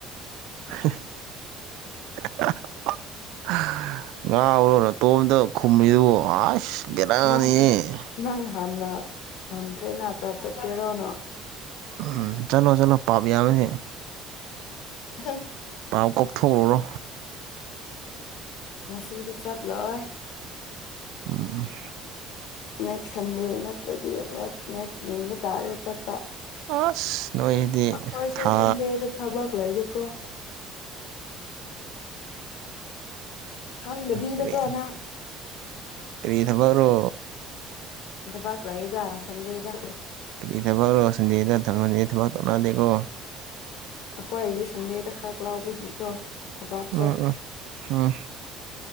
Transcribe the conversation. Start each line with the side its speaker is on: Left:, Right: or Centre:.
Right: <unintelligible> ꯉꯥꯎꯔꯣ ꯅꯇꯣꯝꯇ ꯈꯨꯝꯔꯤꯗꯨꯕꯨ ꯑꯁ ꯕꯦꯔꯥꯅꯤꯍꯦ
Left: ꯅꯪ ꯅꯪ ꯍꯥꯟꯅ ꯍꯪꯈ꯭ꯔꯦꯅ ꯑꯆꯥ ꯆꯠꯀꯦꯔꯣꯅꯣ
Right: ꯎꯝ ꯆꯠꯂꯣ ꯆꯠꯂꯣ ꯄꯥꯕ ꯌꯥꯎꯋꯦꯍꯦ
Left: <unintelligible>
Right: ꯄꯥꯞ ꯀꯣꯛꯊꯣꯛꯂꯨꯔꯣ
Left: ꯉꯁꯤꯗꯤ ꯆꯠꯂꯣꯏ
Right: ꯎꯝ
Left: ꯅꯦꯛꯁ ꯁꯟꯗꯦ ꯅꯠꯇ꯭ꯔꯗꯤ ꯅꯦꯛꯁ ꯅꯦꯛꯁ ꯌꯦꯡꯕ ꯇꯥꯔꯦ ꯆꯠꯄ
Right: ꯑꯁ ꯅꯣꯏꯗꯤ
Left: ꯑꯩꯈꯣꯏꯁꯦ
Right: ꯊꯥ
Left: ꯁꯟꯗꯦꯗ ꯊꯕꯛ ꯂꯩꯕꯀꯣ ꯈꯪꯗꯕꯤꯗꯀꯣ
Right: ꯀꯔꯤ
Left: ꯅꯪ
Right: ꯀꯔꯤ ꯊꯕꯛꯔꯣ
Left: ꯗꯕꯥꯥꯛꯂꯩꯗ ꯁꯟꯗꯦꯗ
Right: ꯀꯔꯤ ꯊꯕꯛꯔꯣ ꯁꯟꯗꯦꯗ ꯊꯛꯅꯤ ꯊꯕꯛ ꯇꯧꯅꯗꯦꯀꯣ
Left: ꯑꯩꯈꫭꯏꯗꯤ ꯁꯟꯗꯦꯗ ꯈꯥꯛ ꯂꯥꯎꯕꯒꯤꯀꯣ ꯊꯕꯥꯛꯇꯣ
Right: ꯎꯝ ꯎꯝ ꯎꯝ